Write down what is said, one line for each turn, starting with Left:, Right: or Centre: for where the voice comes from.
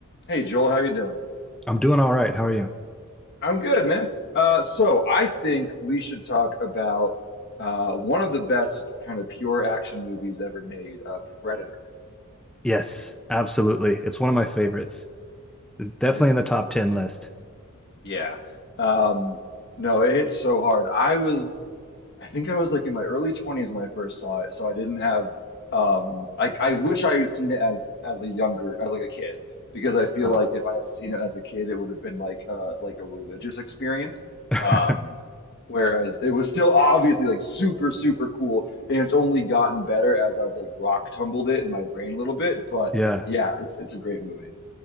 Left: Hey Joel, how you doing?
Centre: I'm doing all right. How are you?
Left: I'm good, man. Uh, so I think we should talk about uh, one of the best kind of pure action movies ever made, uh, Predator.
Centre: Yes, absolutely. It's one of my favorites. It's definitely
Left: It's a
Centre: in
Left: classic.
Centre: the top 10 list.
Left: Yeah. Um, no, it hits so hard. I was I think I was like in my early 20s when I first saw it, so I didn't have um I I wish I had seen it as as a younger as like a kid because I feel
Centre: Oh.
Left: like if I had seen it as a kid it would have been like uh like a religious experience.
Centre: <laughs>
Left: Um whereas it was still obviously like super super cool and it's only gotten better as I've like rock tumbled it in my brain a little bit, but
Centre: Yeah.
Left: yeah, it's it's a great movie.